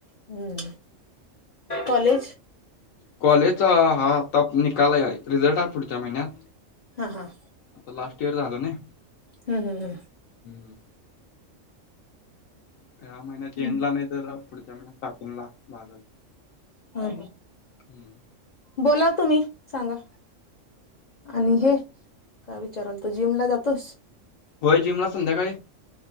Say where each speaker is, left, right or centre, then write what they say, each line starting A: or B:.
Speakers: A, on the left; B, on the left.
A: हम्म. कॉलेज?
B: कॉलेजचा हा आता निकाल हाय रिझल्ट हाय पुढच्या महिन्यात
A: हां हां.
B: आता लास्ट इयर झालं नाही.
A: हम्म हम्म हम्म.
B: हम्म. ह्या महिन्यात
A: हम्म
B: एंडला नाही तर पुढच्या महिन्यात स्टार्टिंग ला लागल.
A: <unintelligible>
B: हम्म
A: बोला तुम्ही सांगा आणि हे काय विचारलतो जिमला जातोस
B: होय जिमला संध्याकाळी